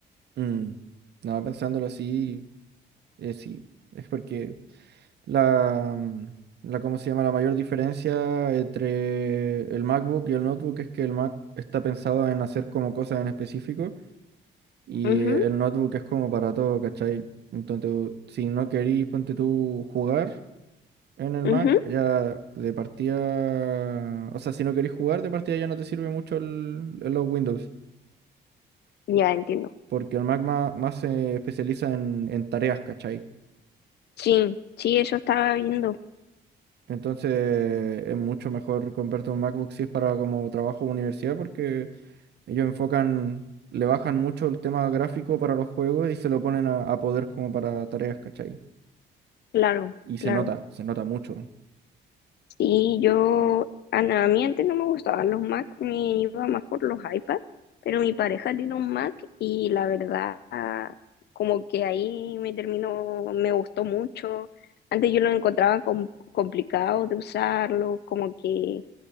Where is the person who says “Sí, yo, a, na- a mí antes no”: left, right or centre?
Left